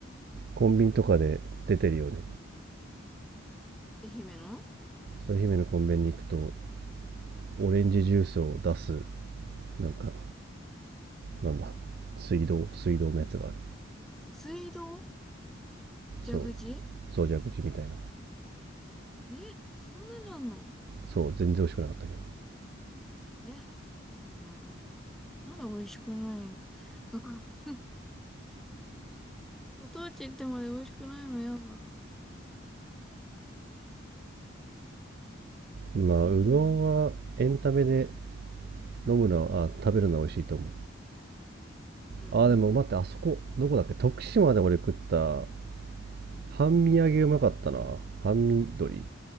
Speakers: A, on the right; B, in the centre.
A: コンビニとかで出てるよね
B: 愛媛の
A: そう姫のコンビニに行くとオレンジジュースを出すなんかなんだ水道水道のやつがある
B: 水道蛇口
A: そうそうじゃ口みたいな
B: え、そんなのあんの
A: そう全然美味しくなかったけ
B: え、うん、まだ美味しくない。う <laughs> ご当地行ってまで美味しくないのやだ。じゃあまた教えてね。
A: どまあうどんはエンタメで飲むのはあ食べるのは美味しいと思う
B: うん。うん。
A: あーでも待ってあそこどこだっけ徳島で俺食った半身揚げうまかったな半身鶏